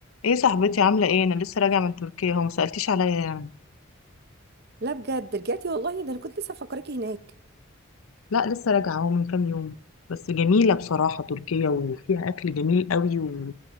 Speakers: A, on the left (about 80°); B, on the right (about 50°).
A: ايه صاحبتي عاملة ايه انا لسه راجعة من تركيا هو ما سألتيش عليا يعني
B: لا بجد رجعتي والله ده انا كنت لسه مفكراكي هناك
A: لا لسه راجعة اهو من كام يوم بس جميلة بصراحة تركيا وفيها اكل جميل قوي و-